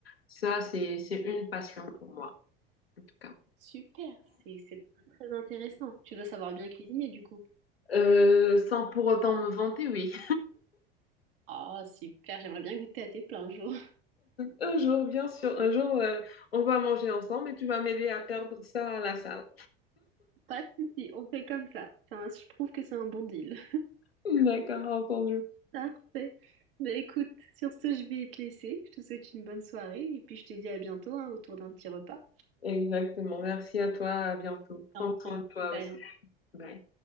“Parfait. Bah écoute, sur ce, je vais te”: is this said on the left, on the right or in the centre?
Right